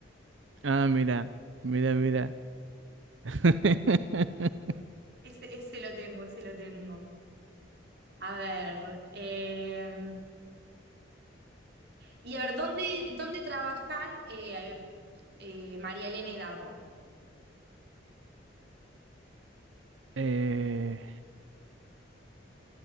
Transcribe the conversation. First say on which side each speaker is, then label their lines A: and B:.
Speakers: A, on the right; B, on the right.
A: Ah, mira, mira, mira. <laughs>
B: Ese, ese lo tengo, ese lo tengo. A ver, eh, y a ver, ¿dónde, dónde trabajan eh, eh, María Elena y Dardo?
A: Eh,